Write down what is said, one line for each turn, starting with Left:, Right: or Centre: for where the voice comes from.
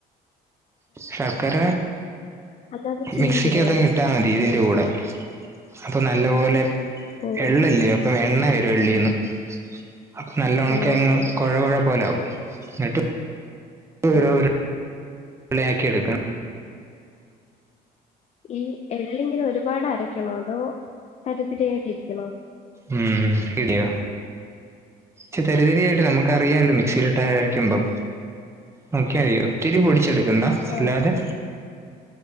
Right: ശർക്കര
Left: അല്ലാതെ ചീവിയിടോ?
Right: മിക്സിക്കകത് കിട്ടാൽ മതി ഇതിന്റെ കൂടെ അപ്പൊ നല്ല പോലെ
Left: ഓഹ്
Right: എള്ളല്ല അപ്പം എണ് വരുവള്ളിന്ന് അപ്പൊ നല്ല ഉണക്കെങ്ങ്
Left: ഓഹ് ശരി
Right: കുഴ കുഴ പോലാകും നട്ട <unintelligible>
Left: ആഹ്
Right: പളയാക്കി എടുക്കണം
Left: ഈ എല്ലിങ്ങനെ ഒരുപാട് അരക്കണോ അതോ തരിപരിയായിട്ട്ിരിക്കണോ
Right: ഉം ഇടിയോ പ തെരിതെറായിട്ട് നമുക്ക്റിയാമല്ലോ മിക്സിയിലിട്ട് ആരിക്കുമ്പം നോക്കിയറിയോ ഒത്തിരി പൊടി ച്ചെടുക്കണ്ട അല്ലാതെ
Left: ആഹ്